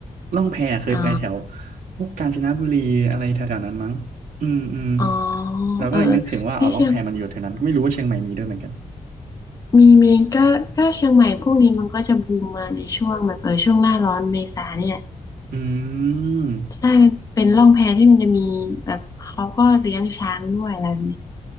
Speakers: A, on the right; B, on the left.
A: ล่องแพเคยไปแถว
B: อ๋อ
A: พวกกาญจนบุรีอะไรแถวๆนั้นมั้งอืมอืม
B: อ๋อ
A: เราก็เลยนึกถึงว่าเอาล่องแพมันอยู่แถวนั้นไม่รู้ว่าเชียงใหม่มีด้วยเหมือนกัน
B: เออที่เชียงมีมีก็ก็เชียงใหม่พวกนี้มันก็จะบูมมาในช่วงแบบเออช่วงหน้าร้อนเมษาเนี่ย
A: อืม
B: ใช่มันเป็นล่องแพที่มันจะมีแบบเขาก็เลี้ยงช้างด้วยอะไรแบบเนี้ย